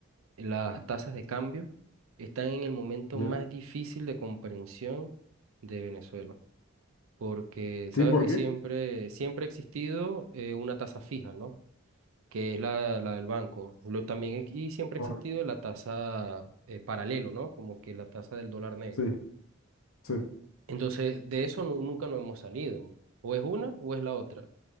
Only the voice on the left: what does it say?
¿Ya?
¿Sí? ¿Por
qué?
Ahora-
Sí, sí,